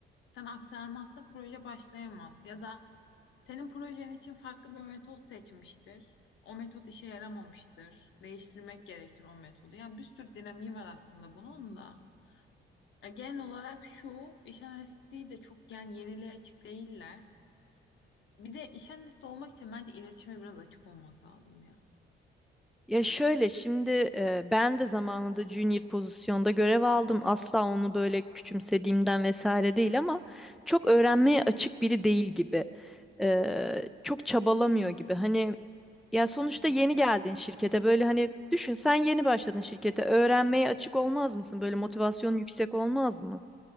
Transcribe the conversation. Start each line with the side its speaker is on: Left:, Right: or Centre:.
Left: sen aktarmazsa proje başlayamaz. Ya da Senin projen için farklı bir metot seçmiştir. O metot işe yaramamıştır. Değiştirmek gerekir o metodu. Yani bir sürü dinamiği var aslında bunun da. Ya genel olarak şu, iş analistliği de çok yani yeniliğe açık değiller. Bir de iş analisti olmak için bence iletişime biraz açık olmak lazım ya.
Centre: Ya şöyle şimdi e, ben de zamanında junior pozisyonda görev aldım. Asla onu böyle küçümsediğimden vesaire değil ama çok öğrenmeye açık biri değil gibi. E, çok çabalamıyor gibi. Hani ya sonuçta
Left: Hmm.
Centre: yeni geldin şirkete böyle hani düşün sen yeni başladın şirkete öğrenmeye açık olmaz mısın? Böyle motivasyon yüksek olmaz mı?